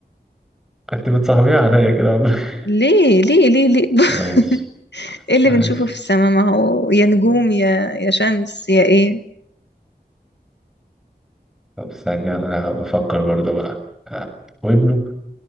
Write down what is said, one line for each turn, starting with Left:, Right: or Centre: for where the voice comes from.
Centre: انت بتصاحبيها عليا كده والله <laughs>
Left: ليه ليه ليه ليه
Centre: ماشي
Left: <laughs> ايه اللي
Centre: ماشي
Left: بنشوفه في السماء ما هو يا نجوم يا يا شمس يا ايه
Centre: طب ثانية أنا بفكر برضه بقى آه، وابنه